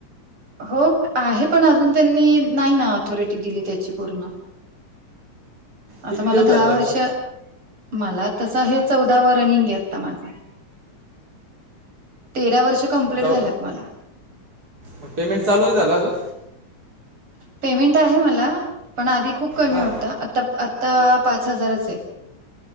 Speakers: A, on the right (about 45°); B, on the right (about 30°).
A: हो आहे, पण अजून त्यांनी नाही ना ऑथॉरिटी दिली त्याची पूर्ण. आता
B: किती
A: मला
B: दिवस
A: दहा
B: झाले लागून
A: वर्ष, मला तसं हे चौदा व रनिंग आता माझ्या. तेरा वर्ष कंप्लीट
B: चौ
A: झाल्यात मला
B: मग पेमेंट चालू नाही झालं अजून?
A: पेमेंट आहे मला, पण आधी खूप कमी
B: हां
A: होता आता आता पाच हजारच आहे.